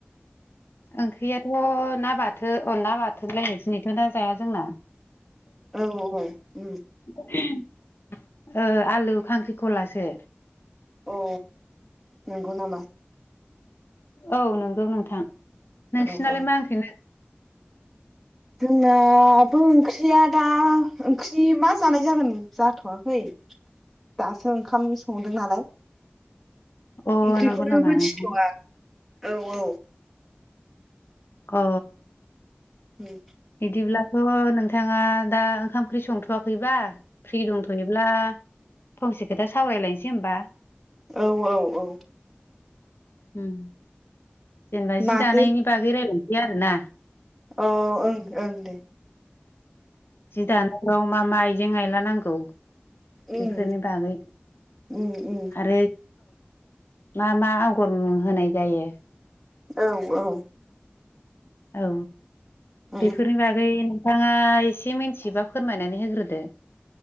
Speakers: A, on the left; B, in the centre.
A: ओंख्रैयाथ' ना बाथोन अ ना बाथोनलायनो दिनैथ' ना जाया जोंना,
B: औ औ उम
A: <unintelligible> ओ आलु खांख्रिखलासो,
B: अ नंगौ नामा?
A: औ नंगौ नोंथां नोंसिनालाय
B: औ औ
A: मा ओंख्रै
B: जोंनाबो ओंख्रिया दा ओंख्रि मा जानाय जागोन जाथ'वाखै दासो ओंखाम संदों नालाय,
A: अ
B: ओंख्रिखौनो
A: नंगौ नामा
B: मोनथिथ'वा
A: नोंथां
B: औ औ
A: अ
B: उम
A: बिदिब्लाथ' नोंथाङा दा ओंखाम ओंख्रि संथ'वाखैबा फ्रि दंथ'योब्ला, फंसे खोथा सावरायलायनोसै होमबा,
B: औ औ औ
A: होम जेनेबा जि
B: मानि
A: दानायनि बागै रायजलायसै आरो ना?
B: अ ओं ओं दे
A: जि दानायाव मा मा आइजें आयला नांगौ,
B: उम
A: बेफोरनि बागै
B: उम उम
A: आरो मा मा आगर होनाय जायो।
B: औ औ
A: औ
B: उम
A: बेफोरनि बागै, नोंथाङा एसे मिथिबा फोरमायनानै होग्रोदो,